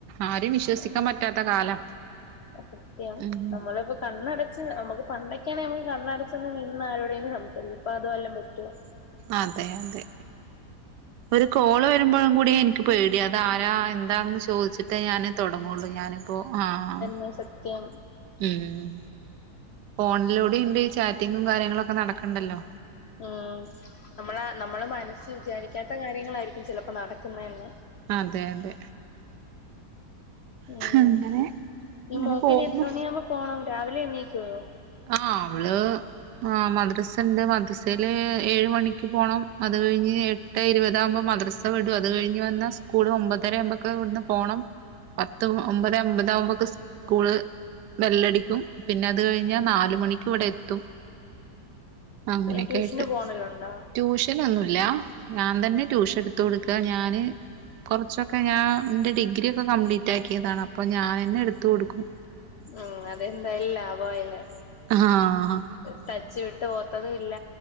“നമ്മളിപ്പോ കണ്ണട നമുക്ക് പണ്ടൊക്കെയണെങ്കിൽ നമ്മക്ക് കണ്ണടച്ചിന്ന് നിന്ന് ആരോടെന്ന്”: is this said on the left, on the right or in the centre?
Left